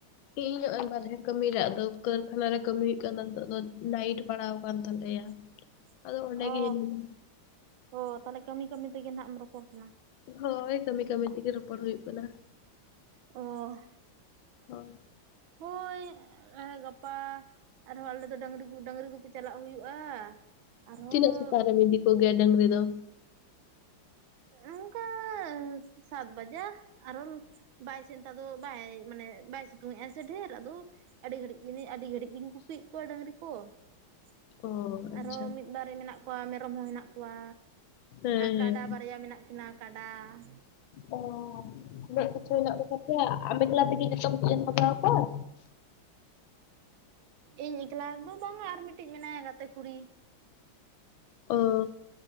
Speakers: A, on the left (about 80°); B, on the right (about 80°).
A: ᱤᱧ ᱱᱚᱜᱼᱚᱭ ᱵᱟᱨᱦᱮ ᱠᱟᱹᱢᱤ ᱨᱮ ᱟᱫᱚ ᱠᱟᱹᱨᱠᱷᱟᱱᱟ ᱨᱮ ᱠᱟᱹᱢᱤ ᱦᱩᱭᱩᱜ ᱠᱟᱱ ᱱᱤᱛᱚᱜ ᱫᱚ ᱱᱟᱭᱤᱴ ᱯᱟᱲᱟᱣ ᱟᱠᱟᱱ ᱛᱟᱞᱮᱭᱟ ᱾
B: <inaudible>
A: ᱟᱫᱚ ᱚᱸᱰᱮᱜᱮ
B: ᱚ
A: ᱦᱤᱱᱟᱹᱧᱟ ᱾
B: ᱚ ᱛᱟᱦᱟᱞᱮ ᱠᱟᱹᱢᱤ ᱠᱟᱹᱢᱤ ᱛᱮᱜᱮ ᱱᱟᱹᱦ ᱮᱢ ᱨᱚᱯᱚᱲ ᱠᱟᱱᱟ?
A: ᱦᱳᱭ ᱠᱟᱹᱢᱤ ᱠᱟᱹᱢᱤ ᱛᱮᱜᱮ ᱨᱚᱯᱚᱲ ᱦᱩᱭᱩᱜ ᱠᱟᱱᱟ᱾
B: ᱚ
A: ᱦᱳᱭ
B: ᱦᱳᱭ ᱟᱨᱦᱚᱸ ᱜᱟᱯᱟ ᱟᱞᱮᱫᱚ ᱰᱟᱹᱝᱨᱤ ᱰᱟᱹᱝᱨᱤ ᱜᱩᱯᱤ ᱪᱟᱞᱟᱜ ᱦᱩᱭᱩᱜᱼᱟ᱾ ᱟᱨᱦᱚᱸ
A: ᱛᱤᱱᱟᱹᱜ ᱥᱮᱸᱛᱟᱜ ᱨᱮᱢ ᱤᱫᱤ ᱠᱚ ᱜᱮᱭᱟ ᱰᱟᱹᱝᱨᱤ ᱫᱚ?
B: ᱚᱱᱠᱟ ᱥᱟᱛ ᱵᱟᱡᱟᱜ ᱟᱨᱚ ᱵᱟᱭ ᱥᱮᱱᱛᱟ ᱫᱚ ᱵᱟᱭ ᱢᱟᱱᱮ ᱵᱟᱭ ᱥᱤᱸᱛᱩᱝ ᱮᱜᱼᱟ ᱥᱮ ᱰᱷᱮᱸᱨ ᱟᱫᱚ ᱟᱹᱰᱤ ᱜᱷᱟᱹᱲᱤᱡ ᱜᱮ ᱟᱹᱰᱤ ᱜᱷᱟᱹᱲᱤᱡ ᱜᱤᱧ ᱠᱩᱯᱤᱭᱮᱫ ᱠᱚᱣᱟ ᱰᱟᱹᱝᱨᱤ ᱠᱚ ᱾
A: ᱚ ᱟᱪᱪᱷᱟ᱾
B: ᱟᱨᱦᱚᱸ ᱢᱤᱫ ᱵᱟᱨ ᱢᱮᱱᱟᱜ ᱠᱚᱣᱟ ᱢᱮᱸᱨᱚᱢ ᱦᱚᱸ ᱦᱮᱱᱟᱜ ᱠᱚᱣᱟ᱾
A: ᱦᱮᱸ
B: ᱟᱨ ᱠᱟᱸᱰᱟ
A: ᱦᱮᱸ᱾
B: ᱵᱟᱨᱭᱟ ᱢᱮᱱᱟᱜ ᱠᱤᱱᱟᱹ ᱠᱟᱸᱰᱟ ᱾
A: ᱚ ᱩᱱᱟᱹᱜ ᱠᱤᱪᱷᱩ ᱦᱮᱱᱟᱜ ᱠᱚᱛᱟ ᱯᱮᱭᱟ ᱟᱢ ᱮᱠᱞᱟ ᱛᱮᱜᱮ ᱡᱚᱛᱚ <unintelligible> ᱠᱚᱣᱟ?
B: ᱤᱧ ᱮᱠᱞᱟ ᱨᱮᱫᱚ ᱵᱟᱝᱼᱟ ᱟᱨ ᱢᱤᱫᱴᱤᱡ ᱢᱮᱱᱟᱭᱟ ᱜᱟᱛᱮ ᱠᱩᱸᱲᱤ ᱾
A: ᱚ